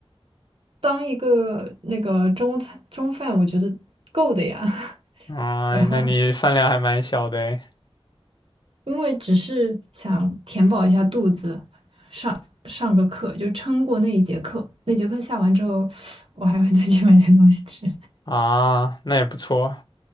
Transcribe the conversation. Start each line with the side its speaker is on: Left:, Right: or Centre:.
Right: 当一个那个中餐中饭，我觉得够的呀。<laughs>
Left: 啊、
Right: 然后
Left: 那你饭量还蛮小的诶。
Right: 因为只是想填饱一下肚子，上上个课就撑过那一节课。那节课下完之后，我还会再去买点东西吃。
Left: 啊，那也不错。